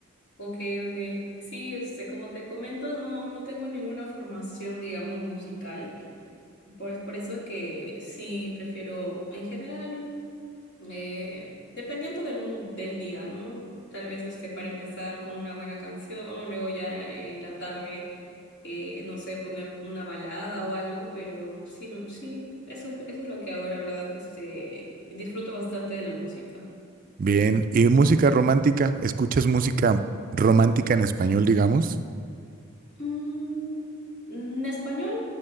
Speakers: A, on the left (about 55°); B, on the right (about 40°).
A: Ok, ok. Sí, este, como te comento, no, no tengo ninguna formación, digamos, musical. Por, es por eso que sí prefiero, en general, eh, dependiendo del mood del día, ¿no? Tal vez este, para empezar con una buena canción, luego ya en la tarde. eh, no sé, poner una balada o algo, pero sí, me- sí, eso, es- eso es lo que hago, la verdad, este, disfruto bastante de la música.
B: Bien, ¿y música romántica? ¿Escuchas música romántica en español, digamos?
A: Mm, en español